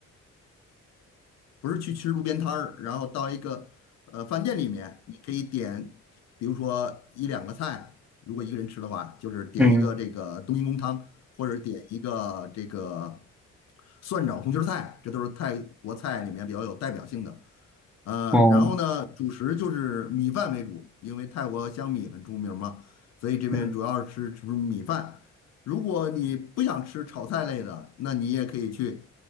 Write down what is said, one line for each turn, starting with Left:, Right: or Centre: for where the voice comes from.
Left: 不是去吃路边摊儿，然后到一个呃饭店里面，你可以点，比如说一两个菜，如果一个人吃的话，就是点一个这个冬阴功汤，
Centre: 嗯
Left: 或者点一个这个蒜炒红心儿菜，这都是泰国菜里面比较有代表性的。呃，
Centre: 哦
Left: 然后呢，主食就是米饭为主，因为泰国香米很出名嘛，所以这边主要是吃米饭。
Centre: 嗯
Left: 如果你不想吃炒菜类的，那你也可以去